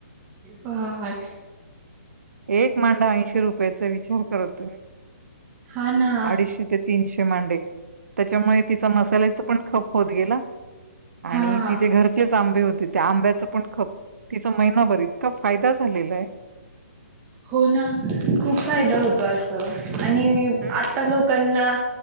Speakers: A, on the right; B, on the right.
A: पहाड
B: एक मांडा ऐंशी रुपयाचा विचार करा तुम्ही
A: हा ना
B: अडीचशे ते तीनशे ते मांडे त्याच्यामुळे तिचा मसाल्याचा पण खप होत गेला.
A: हा
B: आणि तिचे घरचेच आंबे होते त्या आंब्याच च पण खप तिचा महिना भर इतका फायदा झालेला आहे.
A: हो ना खूप फायदा होतो अस आणि
B: हं.
A: आता लोक नां